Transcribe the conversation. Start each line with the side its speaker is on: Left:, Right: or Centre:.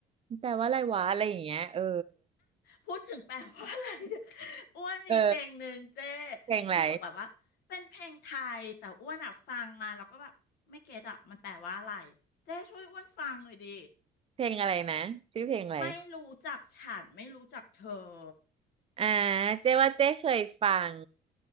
Right: <tsk> แปลว่าอะไรวะอะไรอย่างเงี้ยเออ
Left: พูดถึงแปลว่าอะไรเนี่ย <laughs> อ้วนมีเพลงหนึ่งเจ้
Right: เออเพลงอะไร
Left: รู้สึกแบบว่าเป็นเพลงไทยแต่อ้วนอะฟังมาแล้วก็แบบไม่เก็ตอะมันแปลว่าอะไรเจ้ช่วยอ้วนฟังหน่อยดิ
Right: เพลงอะไรนะชื่อเพลงอะไร
Left: ไม่รู้จักฉันไม่รู้จักเธอ
Right: อ่าเจ๊ว่าเจ๊เคยฟัง